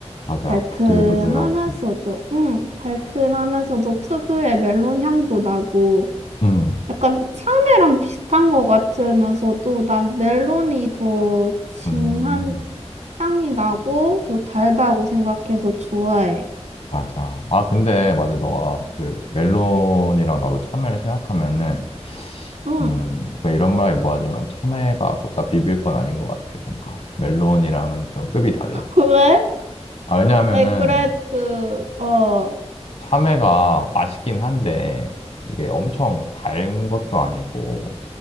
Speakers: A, on the left (about 65°); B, on the right (about 80°).
A: 맞아.
B: 달큰하면서도,
A: 부들부들하지.
B: 응, 달큰하면서도 특유의 멜론 향도 나고,
A: 음,
B: 약간 참외랑 비슷한 것 같으면서도, 난 멜론이 더 진한
A: 음,
B: 향이 나고, 더 달다고 생각해서 좋아해.
A: 맞아. 아, 근데, 맞아. 너가 그 멜론이랑 나도 참외를 생각하면은,
B: 응.
A: 음, 약간 이런 말이 뭐하지만 참외가 갖다 비빌 건 아닌 것 같아, 뭔가. 멜론이랑은 좀 급이 달라.
B: 왜?
A: 아, 왜냐하면은
B: 아니, 그래도, 어,
A: 참외가 맛있긴 한데, 이게 엄청 단 것도 아니고,